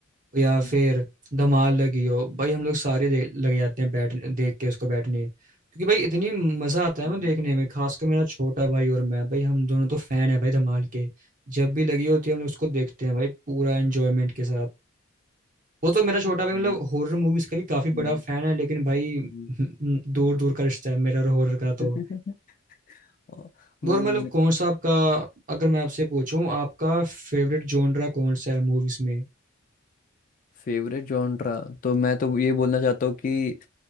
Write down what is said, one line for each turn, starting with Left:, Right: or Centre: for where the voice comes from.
Left: <laughs>
Right: या
Left: हम्म,
Right: फिर धमाल लगी हो भाई हम लोग सारे देख लग जाते हैं बैठ देख के उसको बैठने क्योंकि भाई इतनी मजा आता है
Left: हम्म,
Right: ना देखने में खासकर मेरा छोटा भाई और मैं भाई हम दोनों तो फैन है भाई धमाल के जब भी लगी होती है हम लोग उसको देखते हैं भाई पूरा एंजॉयमेंट के साथ वो तो मेरा छोटा भाई
Left: हम्म,
Right: मतलब हॉरर मूवीज का भी काफी
Left: हम्म,
Right: बड़ा फैन है लेकिन भाई
Left: हम्म।
Right: <laughs> दूर दूर का रिश्ता है मेरा और हॉरर का तो
Left: हम्म, <laughs> और- हम्म,
Right: और मतलब कौन सा आपका अगर मैं आपसे पूछूं आपका फेवरेट जॉनरा कौन सा है मूवीज में
Left: फेवरेट जॉनरा तो मैं तो ये बोलना चाहता हूँ कि